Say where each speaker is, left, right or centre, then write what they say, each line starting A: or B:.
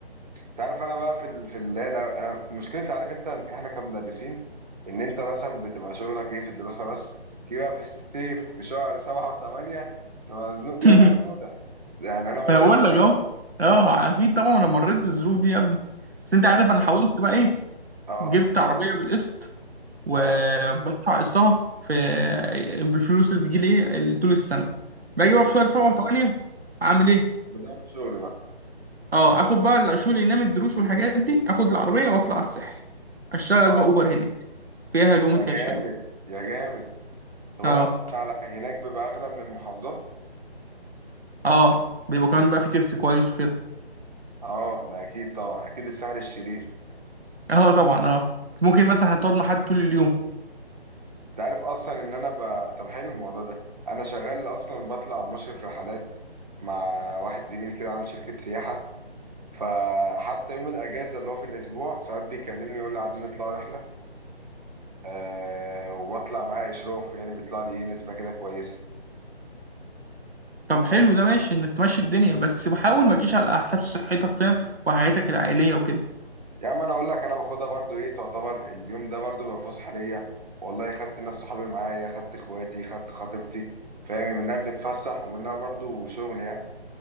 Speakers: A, on the right; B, on the right.
A: تعرف انا بقى في ال... في اللي هي الأ- أ- مشكلة عارف انت ال- احنا كمدرسين ان انت مثلا بتبقى شغلك ايه في الدراسة بس تيجي بقى في الصيف في شهر سبعة وثمانية فمزنوق زنقة
B: <laughs>
A: سودة يعني انا ما
B: انا
A: اقولكش
B: بقول لك اهو اه اكيد طبعا انا مريت بالظروف دي يا ابني بس انت
A: ف
B: عارف انا حاولت بقى ايه
A: اه
B: جبت عربيه بالقسط وبدفع
A: اه
B: قسطها في بالفلوس اللي بتجيلي ايه ال- طول السنه باجي
A: م.
B: بقى في شهر سبعة وثمانية اعمل ايه
A: بزود شغل بقى
B: اه اخد بقى الشغل اللي ينام الدروس والحاجات دي اخد العربيه واطلع على الساحل اشتغل
A: اه
B: بقى اوبر هناك فيها لقمة
A: يا
B: عيش
A: جامد
B: حلوه
A: يا جامد طب
B: اه
A: هو اصلا على هناك بيبقى اغلى من المحافظات
B: اه بيبقى كمان بقى في تبس كويس وكده
A: اه ده اكيد طبعا اكيد السعر الشرير
B: اه طبعا اه ممكن مثلا هتقعد مع حد طول اليوم
A: انت عارف اصلا ان انا ب... طب حلو الموضوع ده انا شغال اصلا بطلع مشرف رحلات مع واحد زميلي كده عن شركة سياحة فحتى يوم الاجازة اللي هو في الاسبوع ساعات بيكلمني يقول لي عايزين نطلع رحلة أه وبطلع معاه اشراف يعني بيطلع لي ايه نسبة كده كويسة
B: طب حلو ده ماشي انك تمشي الدنيا بس بحاول ما تجيش على حساب صحتك فاهم وحياتك العائليه وكده
A: يا عم انا اقول لك انا باخدها برضو ايه تعتبر اليوم ده برضو بيبقى فسحة ليا والله خدت ناس صحابي معايا خدت اخواتي خدت خطيبتي فاهم منها بنتفسح ومنها برضو شغل يعني